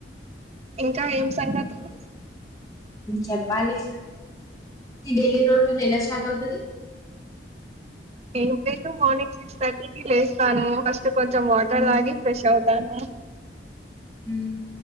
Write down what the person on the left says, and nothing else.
చెప్పాలి ఈ డెయిలీ లోటల్ ఎలా స్టార్ట్ అవుతది
హ్మ్
ఉమ్